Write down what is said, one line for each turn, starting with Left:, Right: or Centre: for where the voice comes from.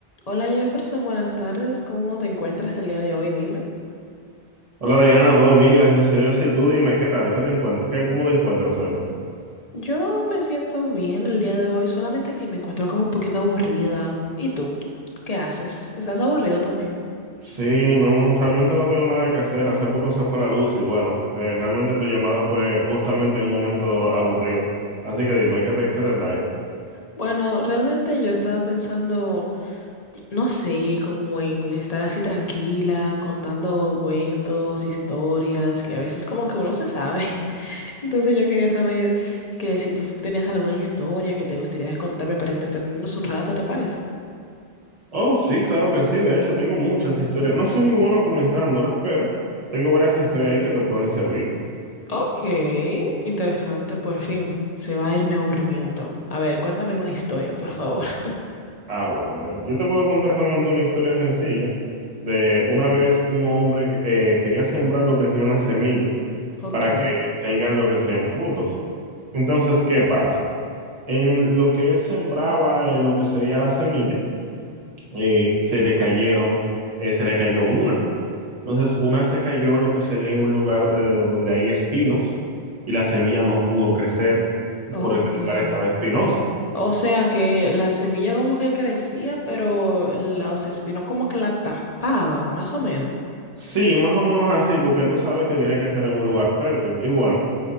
Left: Hola Jefferson, buenas tardes. ¿Cómo te encuentras el día de hoy? Dime.
Right: Hola Diana, todo bien, gracias a Dios. Y tú dime, ¿qué tal? ¿Qué te encuentras? ¿Qué, cómo te encuentras hoy?
Left: Yo me siento bien el día de hoy, solamente que me encuentro como un poquito aburrida. ¿Y tú? ¿Qué haces? ¿Estás aburrido también?
Right: Sí, no, realmente no tengo nada que hacer. Hace poco se fue la luz y bueno, eh, realmente tu llamada fue justamente en un momento aburrido. Así que dime, ¿qué te, qué te traes?
Left: Bueno, realmente yo estaba pensando, no sé, como en estar así tranquila, contando cuentos, historias, que a veces como que uno se sabe. <laughs> Entonces yo quería saber que si tú tenías alguna historia que te gustaría contarme para entretenernos un rato, ¿te parece?
Right: Oh, sí, claro que sí. De hecho, tengo muchas historias. No soy muy bueno comentándolas, pero tengo varias historias ahí que te pueden servir.
Left: Ok, interesante, por fin. Se va a ir mi aburrimiento. A ver, cuéntame una historia, por favor. <laughs>
Right: Ah, bueno, mira, yo te puedo contar realmente una historia sencilla de una vez un hombre que eh, quería sembrar lo que sería una semilla
Left: Ok,
Right: para que tengan lo que serían frutos. Entonces, ¿qué pasa? En lo que él sembraba, eh, lo que sería la semilla, eh, se le cayeron, eh, se le cayó una. Entonces, una se cayó lo que sería en un lugar eh, donde hay espinos y la semilla no pudo crecer
Left: ok.
Right: porque el lugar estaba espinoso.
Left: O sea que la semilla como que crecía, pero los espinos como que la tapaban, más o menos.
Right: Sí, más o menos así, porque tú sabes que tiene que ser en un lugar fértil. Y bueno,